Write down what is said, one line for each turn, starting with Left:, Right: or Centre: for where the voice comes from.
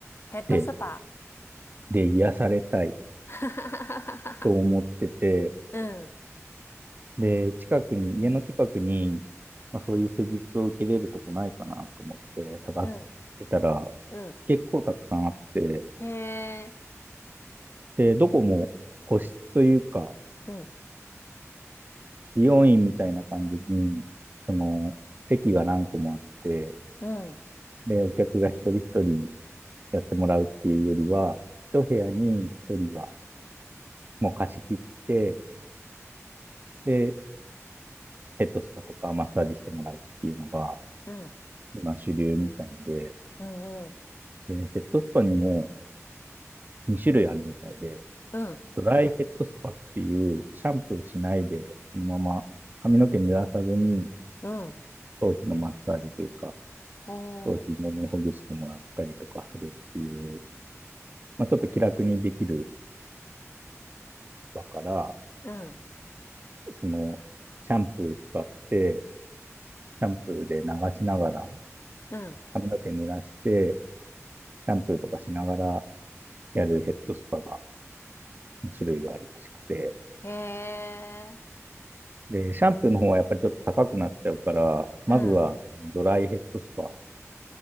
Left: ヘッドスパ。
Right: で、で、癒されたい
Left: <laughs>
Right: と思ってて、
Left: うん、
Right: で、近くに、家の近くに、まあ、そういう施術を受けれるとこないかなと思って探してたら、
Left: うん、うん。
Right: 結構たくさんあって、
Left: へえ。
Right: で、どこも個室というか、
Left: うん、
Right: 美容院みたいな感じに、その、席が何個もあって、
Left: うん、
Right: で、お客が一人一人やってもらうっていうよりは、一部屋に一人がもう貸し切って、で、ヘッドスパとかマッサージしてもらうっていうのが
Left: うん、
Right: 今主流みたいで、
Left: うん、うん、
Right: で、ヘッドスパにも2種類あるみたいで、
Left: うん、
Right: ドライヘッドスパっていうシャンプーしないで、そのまま髪の毛濡らさずに
Left: うん。
Right: 頭皮のマッサージというか、
Left: おー、
Right: 頭皮もみほぐしてもらったりとかするっていう、まあ、ちょっと気楽にできるスパから、
Left: うん、
Right: そのシャンプー使って、シャンプーで流しながら
Left: うん。
Right: 髪の毛濡らして、シャンプーとかしながらやるヘッドスパが、の種類があるらしくて、
Left: へえ。
Right: で、シャンプーの方はやっぱりちょっと高くなっちゃうから、まずはドライヘッドスパ
Left: うん。